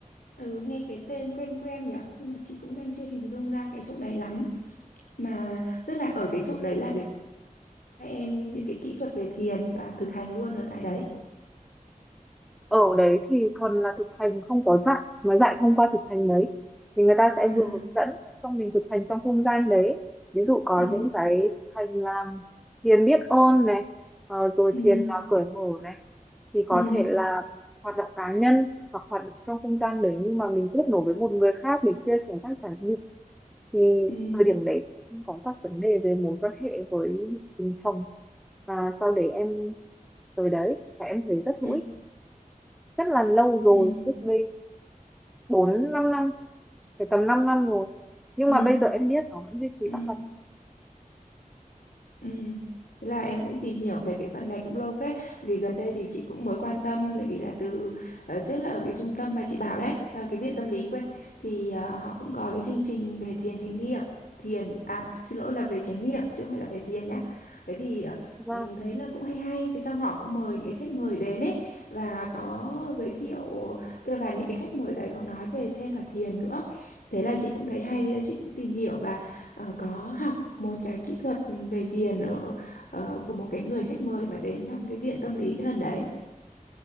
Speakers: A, on the left (about 80°); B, in the centre.
A: Ừ, nghe cái tên quen quen nhỉ nhưng mà chị cũng đang chưa hình dung ra cái chỗ đấy lắm mà tức là ở cái chỗ đấy là để các em những cái kỹ thuật về thiền và thực hành luôn ở tại đấy
B: ở đấy thì thuần là thực hành không có dạy mà dạy thông qua thực hành đấy thì người ta sẽ
A: à
B: vừa hướng dẫn xong mình thực hành trong không gian đấy ví dụ có
A: ừ
B: những cái thực hành làm thiền biết ơn này ờ, rồi
A: ừ
B: thiền uh, cởi mở này thì có
A: ừ
B: thể là hoạt động cá nhân hoặc hoạt động trong không gian đấy nhưng mà mình kết nối với một người khác để chia sẻ các trải nghiệm thì
A: ừ
B: thời điểm đấy cũng có các vấn đề về mối quan hệ với từng phòng và sau đấy em tới đấy và em thấy rất hữu
A: ừ
B: ích rất là lâu rồi
A: ừ ừ
B: trước đây bốn năm năm phải tầm 5 năm rồi nhưng
A: ừ
B: mà bây giờ em biết nó vẫn duy trì
A: ừ.
B: các hoạt
A: Ừ. Thế là em cũng tìm hiểu về cái phần này cũng lâu phết vì gần đây thì chị cũng mới quan tâm bởi vì là từ ờ, trước là ở cái trung tâm mà chị bảo đấy ờ, cái viện tâm lý quên thì ờ, họ cũng có cái chương trình về thiền chánh niệm thiền à xin lỗi là về chánh niệm chứ không phải là về thiền nhá thế thì ờ,
B: động
A: ừ, thấy là cũng hay hay thì xong họ cũng mời những cái khách mời đến ấy và có giới thiệu tức là và những cái khách mời đấy có nói về thêm cả thiền nữa thế là chị cũng thấy hay thế là chị cũng tìm hiểu và ờ, có học một cái kỹ thuật về thiền ở ờ, của một cái người khách mời mà đến trong cái viện tâm lý cái lần đấy.